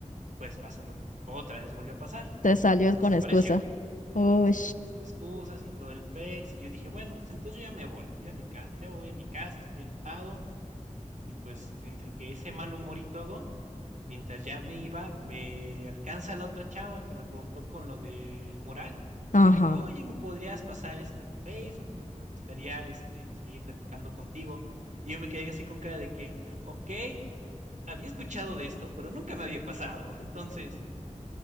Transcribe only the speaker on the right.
pues pasó lo que otra vez volvió a pasar.
No
se apareció,
me salió con sus excusas y todo el pex. Y yo dije, bueno, pues entonces yo ya me voy, yo a mi casa, yo me voy a mi casa, estoy enojado. Y pues entre que ese mal humor y todo, mientras ya me iba, me alcanza la otra chava que me preguntó con lo del mural.
Me dijo, oye, ¿me podrías pasar este tu Facebook? Porque me gustaría este, seguir platicando contigo. Y yo me quedé así con cara de que, ok, había escuchado de esto, pero nunca me había pasado. Entonces